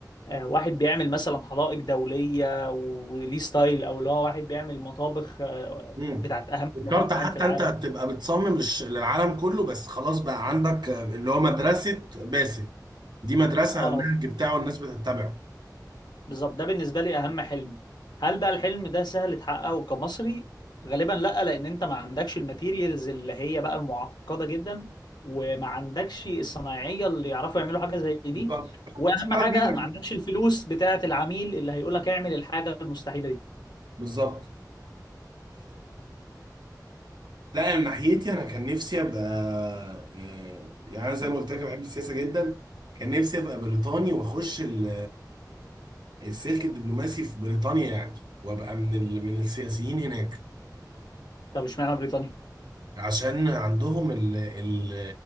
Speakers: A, on the left; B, on the right.
A: آه، واحد بيعمل مثلا حدائق دولية وليه ستايل او اللي هو واحد بيعمل مطابخ آه،
B: امم
A: بتاعت اهم
B: مش
A: المطاعم
B: شرط حتى
A: في العالم
B: انت هتبقى بتصمم للش... للعالم كله بس خلاص بقى عندك آه، اللي هو مدرسه باسم دي مدرسه
A: اه
B: النهج بتاعه الناس بتتبعه
A: بالظبط ده بالنسبة لي أهم حلم هل بقى الحلم ده سهل تحققه كمصري؟ غالبا لأ لأن أنت ما عندكش الماتيريالز اللي هي بقى المعقدة جدا وما عندكش الصنايعية اللي يعرفوا يعملوا حاجة زي دي
B: بالظبط
A: وأهم
B: اشتغل
A: حاجة
B: بايدك
A: ما
B: بقى.
A: عندكش الفلوس بتاعة العميل اللي هيقول لك اعمل الحاجة المستحيلة دي
B: بالظبط لا من ناحيتي انا كان نفسي ابقى آه، يعني أنا زي ما قلت لك أنا بحب السياسه جدا كان نفسي ابقى بريطاني واخش ال- السلك الدبلوماسي في بريطانيا يعني وابقى من ال... من السياسيين هناك
A: طب اشمعنى بريطانيا؟
B: عشان عندهم ال... ال...